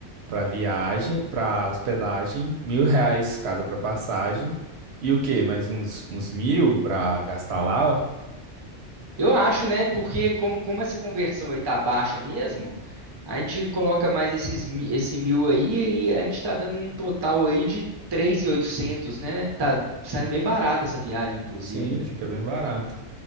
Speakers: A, on the right; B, on the right.
A: para viagem, para hospedagem, mil reais cada para passagem, e o quê? Mais uns, uns mil para gastar lá? ó.
B: Eu acho, né? Porque como, como essa conversão aí tá baixa mesmo, a gente coloca mais esses, mi- esse mil aí e a gente tá dando um total aí de 3.800, né? Tá saindo bem barata essa viagem, inclusive,
A: Sim,
B: né?
A: fica bem barato.